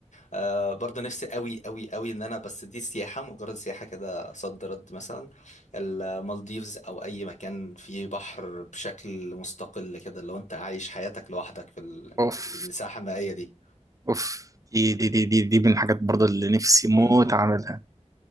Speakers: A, on the left (about 85°); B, on the right (about 30°).
A: آه برضه نفسي قوي قوي قوي ان انا بس دي سياحة مجرد سياحة كده صد رد مثلا المالديفز او اي مكان فيه بحر بشكل مستقل كده لو انت عايش حياتك لوحدك في ال-
B: اوف
A: الساحة المائية دي
B: اوف دي دي دي دي, دي من الحاجات برضه اللي نفسي موت
A: مم.
B: اعملها